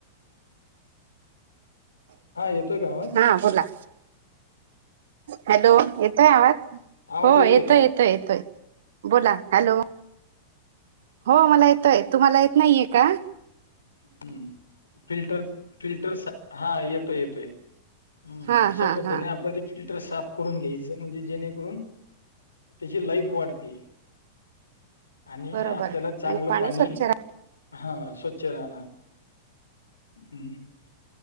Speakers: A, on the left; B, on the right.
A: हा येतोय गावात.
B: हा बोला. हॅलो येतोय आवाज
A: आवाज
B: हो येतोय
A: का?
B: येतोय येतोय. बोला हॅलो. हो मला येतोय तू मला येत नाहीये का?
A: हम्म फिल्टर फिल्टर. हा येतोय येतोय ह्
B: हा
A: अशा
B: हा
A: पद्धतीने
B: हा
A: आपल्या फिल्टर साफ करून घ्यायचं म्हणजे जेणेकरून त्याची लाईफ वाढते आणि
B: बरोबर
A: आपल्याला चांगलं
B: आणि
A: पाणी
B: स्वच्छ
A: हा स्वचे राहणार हम्.